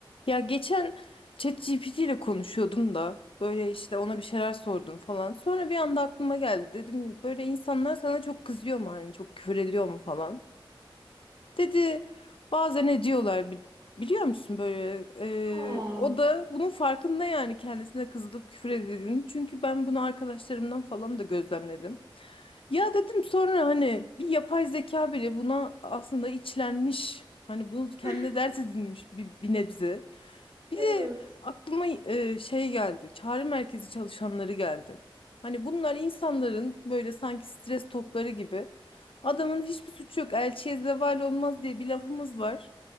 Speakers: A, on the left; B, on the right.
A: Ya geçen ChatGPT ile konuşuyordum da böyle işte ona bir şeyler sordum falan. Sonra bir anda aklıma geldi. Dedim böyle insanlar sana çok kızıyor mu hani çok küfür ediyor mu falan. Dedi bazen ediyorlar bi- biliyor musun böyle
B: Aa,
A: e, o da bunun farkında yani kendisine kızılıp küfür edildiğini. Çünkü ben bunu arkadaşlarımdan falan da gözlemledim. Ya dedim sonra hani bir yapay zeka bile buna aslında içlenmiş. Hani bunu kendine
B: <laughs>
A: dert edinmiş bir, bir nebze. Bir
B: evet.
A: de aklıma e, şey geldi. Çağrı merkezi çalışanları geldi. Hani bunlar insanların böyle sanki stres topları gibi. Adamın hiçbir suçu yok. Elçiye zeval olmaz diye bir lafımız var.